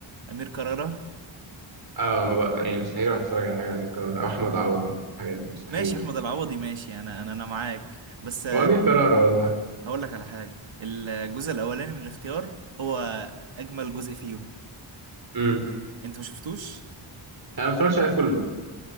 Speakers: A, on the right; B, on the right.
A: أمير كرارة
B: اه ما بقى يعني مستحيل اروح اتفرج على حاجة لأمير كرارة او احمد عوضي الحاجات دي مستحيل
A: ماشي أحمد العوضي ماشي أنا أنا أنا معاك بس
B: وامير كرارة والله
A: هقول لك على حاجة الجزء الأولاني من الاختيار هو أجمل جزء فيهم
B: امم
A: أنت ما شفتوش؟
B: انا ما اتفرجش عليه كله